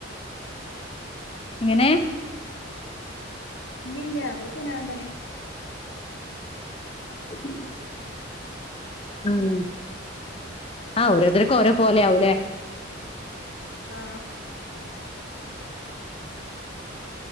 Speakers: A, on the left (about 30°); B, on the left (about 85°).
A: എങ്ങനെ
B: ഇല്ല്യല്ല അതൊക്കെ ഞാ <unintelligible>
A: <inaudible> ഉം ആ ഓരോരുത്തർക്കും ഓരോ പോലെ ആവൂല്ലേ
B: ആ